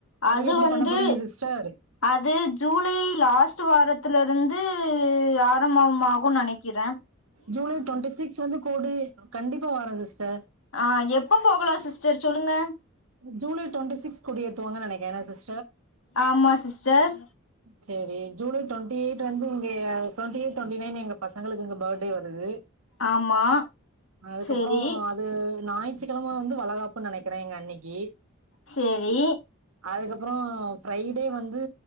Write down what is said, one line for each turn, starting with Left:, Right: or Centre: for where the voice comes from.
Left: அது
Right: எப்டி
Left: வந்து
Right: பண்ண போறீங்க சிஸ்டர்
Left: அது ஜூலை லாஸ்ட் வாரத்து த்துலருந்து ஆரம்பமாகுனு நெனைக்கிற
Right: ஜூலை டுவெண்ட்டி சிக்ஸ் வந்து கோடி கண்டிப்பா வரோ சிஸ்டர்
Left: ஆ எப்போ போகலா சிஸ்டர் சொல்லுங்க
Right: ஜூலை டுவெண்டி சிக்ஸ் கொடி ஏத்துவங்க நெனைக்கிற சிஸ்
Left: ஆமா சிஸ்டர்
Right: செரி ஜூலை டுவெண்ட்டி எயிட் வந்து இங்க டுவெண்ட்டி எயிட் டுவெண்டி நைன் எங்க பசங்களுக்கு இங்க பர்த்டே வருது
Left: ஆமா
Right: அதுக்கப்புறோ
Left: சேரி
Right: அது ஞாயிற்றுக்கெலம வந்து வளகாப்புன்னு நெனைக்கிறே எங்க அண்ணிக்கு
Left: செரி
Right: அதுக்கப்புறோ ஃப்ரைடே வந்து